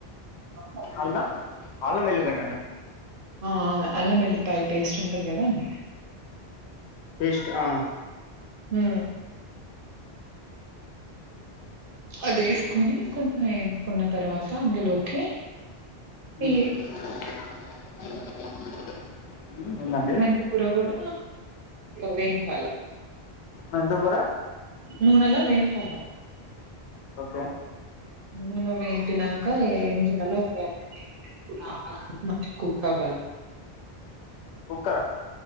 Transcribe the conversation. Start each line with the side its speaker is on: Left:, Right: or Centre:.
Right: <unintelligible>
Left: అల్లం అల్లం వేల్లిగడ్డ నా
Right: ఆ అల్లం ఏల్లిపాయ పేస్ట్ ఉంటది కదా అండి
Left: పేస్ట్ ఆ
Right: హు అది వేసుకొని కొంచెం ఎంపుకున్న తర్వాత అందులోకి
Left: <inaudible>
Right: ఈ
Left: ఉందండి
Right: మెంతి కూర కూడా వేంపల
Left: మెంతికూర
Right: నూనెలా వెంపల
Left: ఓకే
Right: నూనెలో వెంపినక ఏం చేయాలో <unintelligible> <inaudible> కుక్క అవ్వాలి
Left: కుక్క